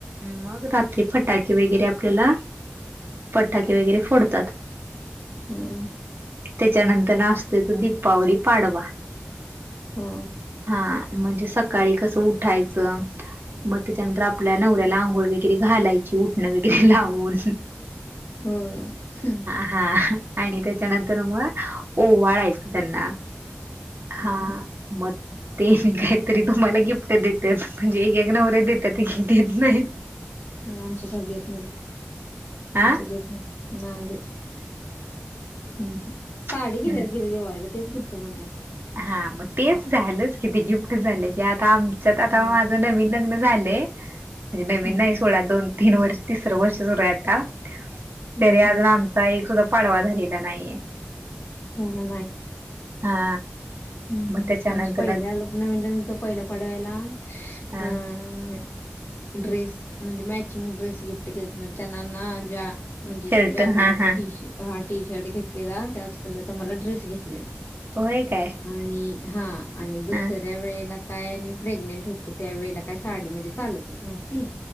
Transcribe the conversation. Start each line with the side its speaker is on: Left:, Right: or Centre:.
Right: मग रात्री फटाके वगैरे आपल्याला पटाके वगैरे फोडतात.
Left: हाम.
Right: त्याच्यानंतर नाचते त दीपावली पाडवा.
Left: हो.
Right: हा म्हणजे सकाळी कसं उठायचं मग त्याच्यानंतर आपल्या नवऱ्याला आंघोळ वगैरे घालायची उठणं वगरे लावून.
Left: होय, हम्!
Right: हा आणि तेच्यानंतर म ओवाळायचं त्यांना. हा
Left: ह
Right: मग, ते काहीतरी तुम्हाला गिफ्ट देत्यात, म्हणजे एकेक नवरे देत्यात एकेक देत नाहीत.
Left: आमचं तर देत नाही,
Right: हा
Left: आमच देत नाही, नाही देत. हम् साडी
Right: नाहीत
Left: कि किती दिवायला तेच गिफ्ट बनयच.
Right: हा मग तेच झालंच किती गिफ्ट झाले की आ ता आमच्यात आता
Left: हम्म
Right: माझ नवीन लग्न झालं, म्हणे नवीन
Left: हम्म
Right: नाही सोळा दोन तीन वर्ष तिसरं वर्ष सुरू आहे आता
Left: हम्म
Right: तरी
Left: हम्म
Right: अजून आम एक सुद्धा पाडवा झालेला नाहीये
Left: झाला
Right: हा.
Left: हम्म् हम्म
Right: मग त्याच्यानंतर
Left: आमचं पहिल्या <unintelligible> नवीन लग्न होतं पहिल्या पाडव्याला
Right: हा
Left: अं ड्रेस म्हणजे मॅचिंग ड्रेस गिफ्ट केल म्हणजे त्येंनांना जा. म्हणजे
Right: शर्ट
Left: ज्या कलरचा
Right: हा हा
Left: टीश हा टी शर्ट घेतलेला त्याच कलरचा मला ड्रेस घेतलेला
Right: होय काय
Left: आणि हा आणि दुसऱ्या
Right: हा
Left: वेळेला काय मी प्रेग्नेंट होतो त्यावेेळेला काय साडी म्हणजे चालतच नव्हती